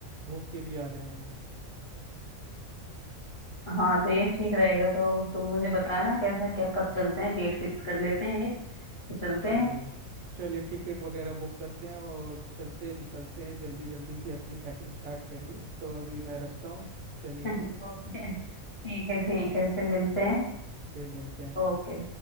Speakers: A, on the right (about 65°); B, on the left (about 40°).
A: घूम के भी आ जाएंगे
B: हाँ तो ये ठीक रहेगा तो तुम मुझे बताना कैसा क्या कब चलते हैं डेट फिक्स कर लेते हैं एक फिर
A: हम्म,
B: चलते
A: चलिए
B: हैं
A: चलिए टिकट वगैरह बुक करते हैं और चलते निकलते हैं जल्दी जल्दी से अपनी पैकिंग स्टार्ट करिए तो अभी मैं रखता हूँ चलिए
B: <laughs> ओके ठीक है ठीक है फिर मिलते हैं
A: फिर मिलते हैं
B: ओके